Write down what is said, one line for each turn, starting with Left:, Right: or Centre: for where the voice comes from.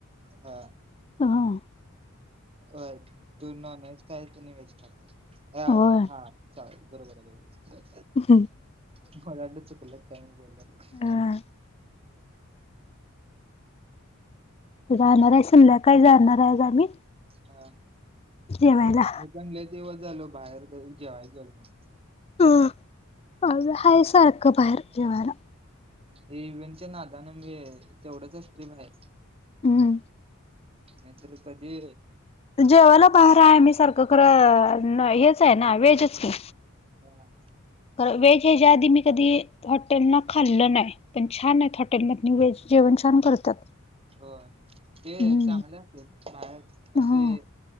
Right: हा!
Left: ह!
Right: होय तू नॉनव्हेज खाय तेनी व्हेज खात्या अ
Left: होय
Right: हा चालल बरोबर हे बरोबर.
Left: <unintelligible>
Right: कोणाला वाटलं चुकलं काय मी बोला त.
Left: अ राहणार आहे संध्याकाळी जाणार आहे ग आम्ही.
Right: हा!
Left: जेवायला?
Right: मी पण लय दिवस झालो बाहेर कधी जेवाया गेलो नाही.
Left: आमच हाय सारखं बाहेर जेवायला.
Right: ते इव्हेंटच्या नादाने मी तेवढंच असतोय बाहेर.
Left: हूं!
Right: नाहीतर कधी.
Left: जेवायला बाहेर आहे आम्ही सारखं खरं न हेच आहे ना व्हेजच की.
Right: हा!
Left: कार व्हेज ह्याच्या आधी मी कधी हॉटेल ना खाल्लं नाही पण छान आहेत हॉटेल मधन व्हेज जेवण छान करतात.
Right: होयं ते
Left: हम्म
Right: चांगले असत्यात बाहेर
Left: ह
Right: असे